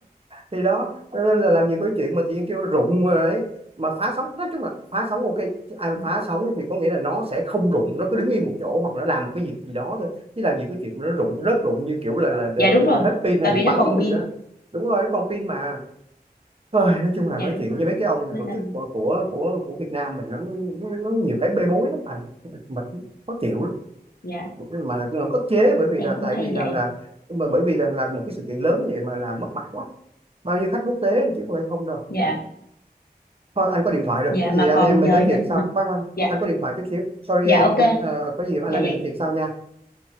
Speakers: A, on the right; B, on the left.
A: thì đó cho nên là làm gì có cái chuyện mà tự nhiên kêu rụng rồi đấy mà phá sóng nói chung là phá sóng ok anh
B: <laughs>
A: phá sóng thì có nghĩa là nó sẽ không rụng nó cứ đứng yên một chỗ hoặc là làm một cái việc gì đó thôi chứ làm gì có chuyện mà nó rụng rớt rụng như kiểu là là đ-
B: dạ đúng rồi
A: hết pin hay
B: tại
A: bị
B: vì
A: bắn
B: nó còn pin
A: gì đó đúng rồi nó còn pin mà Ôi, nói chung là
B: dạ
A: nói
B: đúng
A: chuyện
B: rồi
A: với mấy cái ông mà
B: nên
A: tổ
B: là
A: chức của của của, của Việt Nam mình nó nó, nó nhiều cái bê bối lắm anh mệt khó chịu lắm
B: dạ
A: mà mà ức chế bởi vì
B: em
A: là
B: cũng
A: tại
B: thấy
A: vì rằng
B: vậy
A: là mà bởi vì rằng là một cái sự kiện lớn vậy mà làm mất mặt quá bao nhiêu khách quốc tế đi chứ không phải không đâu
B: dạ
A: thôi anh có điện thoại rồi
B: dạ
A: có gì
B: mà
A: anh
B: còn
A: em mình
B: dời
A: nói chuyện
B: lịch
A: sau
B: mà
A: khoan khoan
B: dạ
A: anh có điện thoại chút xíu sorry
B: dạ
A: em
B: ok
A: nha Ờ, có gì anh
B: dạ
A: em
B: dạ
A: mình nói chuyện sau nha